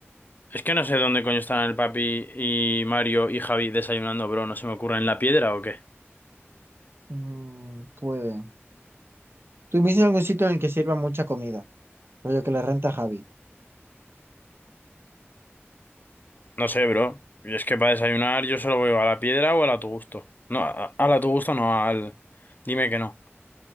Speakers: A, on the left; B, on the right.
A: es que no sé dónde coño están el papi y Mario y Javi desayunando, bro. ¿No se me ocurre en la piedra o qué?
B: Mm, puede. ¿Tú viste algún sitio en el que sirva mucha comida? Rollo que le renta a Javi.
A: No sé, bro. Y es que para desayunar yo solo voy a la piedra o al a tu gusto. No, a, al a la tu gusto no, al... Dime que no.